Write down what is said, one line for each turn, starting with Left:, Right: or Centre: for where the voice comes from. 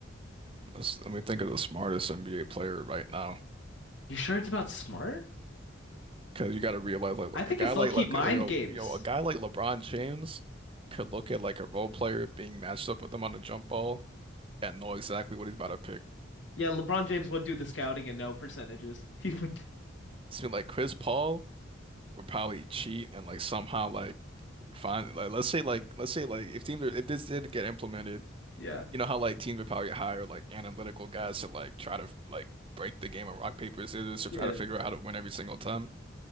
Right: Let's, let me think of the smartest NBA player right now.
Left: You sure it's about smart?
Right: Because you got to realize, like, look,
Left: I think
Right: a guy
Left: it's
Right: like,
Left: low-key
Right: like,
Left: mind
Right: yo,
Left: games.
Right: you know, a guy like LeBron James could look at like a role player being matched up with him on a jump ball and know exactly what he's about to pick.
Left: Yeah, LeBron James would do the scouting and no percentages. <laughs> He would.
Right: So like Chris Paul would probably cheat and like somehow like find like let's say like let's say like if teams are if this did get implemented
Left: Yeah.
Right: you know how like teams would probably hire like analytical guys to like try to like break the game of rock paper scissors to
Left: Yeah.
Right: try to figure out how to win every single time.